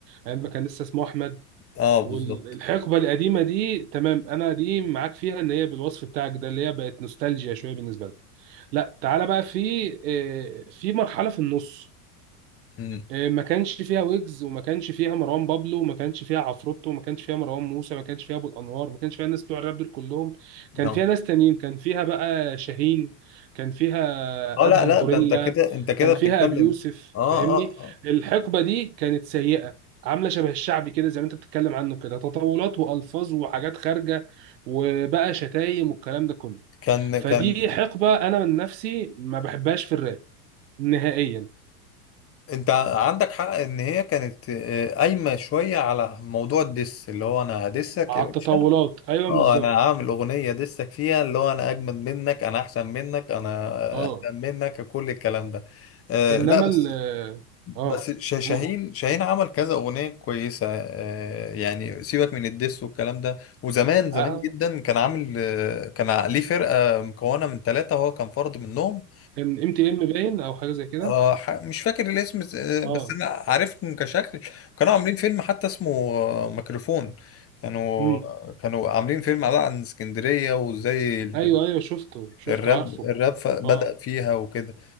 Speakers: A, on the right; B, on the left.
A: ايام ما كان لسه اسمه احمد
B: اه
A: والحقبة
B: بالظبط
A: القديمة دي تمام أنا دي معاك فيها إن هي بالوصف بتاعك ده اللي هي بقت نوستالجيا شوية بالنسبة لك لا تعالى بقى في آه، في مرحلة في النص
B: مم.
A: آه، ما كانش فيها ويجز وما كانش فيها مروان بابلو وما كانش فيها عفروتو وما كانش فيها مروان موسى ما كانش فيها ابو الانوار ما كانش فيها الناس بتوع الراب دول كلهم كان
B: اه
A: فيها ناس تانيين كان فيها بقى شاهين كان فيها
B: اه لا
A: ادهم
B: لا
A: غوريلا
B: ده انت كده انت كده
A: كان فيها
B: بتتكلم
A: ابي يوسف
B: اه
A: فاهمني
B: اه آه.
A: الحقبه دي كانت سيئه عامله شبه الشعبي كده زي ما انت بتتكلم عنه كده تطاولات والفاظ وحاجات خارجه وبقى شتايم والكلام ده كله
B: كان
A: فدي
B: كان
A: حقبه انا من نفسي ما بحبهاش في الراب نهائيا
B: انت عندك حق ان هي كانت آه، قايمه شويه على موضوع الدس اللي هو انا هدسك
A: على
B: يا
A: التطاولات
B: باشا
A: ايوه
B: اه
A: بالظبط
B: انا هعمل اغنيه دسك فيها اللي هو انا اجمد منك انا احسن منك انا
A: اه
B: اقدم منك كل الكلام ده آه
A: انما
B: لا بس
A: ال اه
B: بس ش-
A: قول
B: شاهين شاهين عمل كذا اغنيه كويسه آه يعني سيبك من الدس والكلام ده وزمان زمان
A: آه،
B: جدا كان عامل آه، كان ع- ليه فرقه مكونه من ثلاثه وهو كان فرد منهم
A: كان ام تي ام باين او حاجه زي كده
B: آه ح- مش فاكر الاسم ز- آه،
A: اه
B: بس انا عارفهم كشكل كانوا عاملين فيلم حتى اسمه آه، ميكروفون كانوا
A: امم
B: كانوا عاملين فيلم على عن اسكندرية وازاي ال-
A: ايوه ايوه شفته شفته
B: الراب
A: عارفه
B: الراب ف- بدأ
A: اه
B: فيها وكده